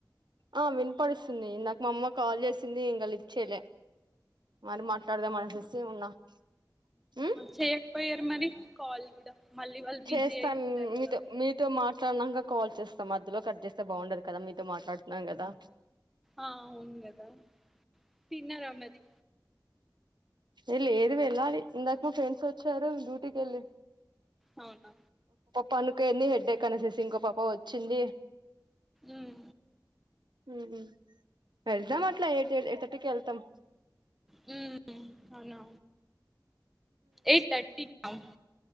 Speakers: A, on the right (about 80°); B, in the centre.
A: ఆ వినిపడుస్తుంది ఇందాక మా అమ్మ కాల్ చేసింది ఇంగ లిఫ్ట్ చేయలా మరి మాట్లాడదాం అనేసేసి ఉన్నా <inaudible> ఉమ్
B: చేయక్ పోయే మరి కాల్ కూడా మళ్ళీ వాళ్ళు
A: చేస్తాను
B: బిజీ అయిపోతారు
A: మీతో
B: కదా
A: మీతో మాట్ నకా కాల్ చేస్తా మధ్యలో కట్ చేస్తే బాగుండదు కదా మీతో మాట్లాడుతున్నా కదా
B: ఆ అవును కదా తిన్నారా మరీ
A: ఏ లేదు వెళ్ళాలి ఇందాక మా ఫ్రెండ్స్ వచ్చారు డ్యూటీకి ఎళ్ళి
B: అవున
A: పనుకోయింది హెడేక్ అనేసేసి ఇంకో పాప వచ్చింది
B: ఉమ్
A: హు హుమ్ వెళ్దా ఎట్లా ఎయిట్ ఎయిథర్టీకి ఎళ్తాం
B: హుమ్ అవునా ఎయిట్ థర్టీ అవున్